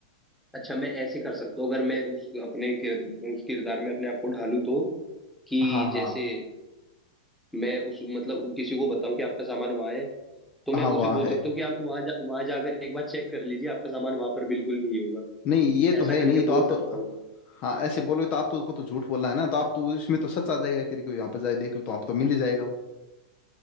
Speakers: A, in the centre; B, on the left (about 35°).
A: अच्छा मैं ऐसे कर सकता हूँ अगर मैं उस अपने किर, उस किरदार में अपने आप को ढालूं तो कि
B: हाँ हाँ
A: जैसे मैं उस मतलब किसी को बताऊं कि आपका सामान वहां है तो मैं
B: हाँ वहाँ
A: उसे बोल
B: है
A: सकता हूँ कि आप वहां जा वहां जाकर एक बार चेक कर लीजिए आपका सामान वहां पर बिल्कुल नहीं होगा
B: नहीं ये
A: ऐसा
B: तो है ही
A: करके
B: नहीं तो
A: बोल
B: आप
A: सकता
B: तो
A: हूँ
B: हाँ ऐसे बोलोगे तो आप तो उसको तो झूठ बोलना है ना तो आप तो उसमें तो सच आ जाएगा फिर कोई यहाँ पर जाए देख लो तो आप तो मिल ही जाएगा वो